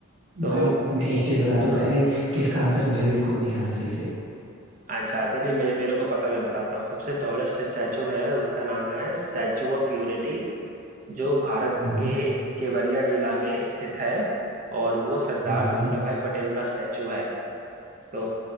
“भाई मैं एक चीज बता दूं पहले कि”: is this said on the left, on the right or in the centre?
Right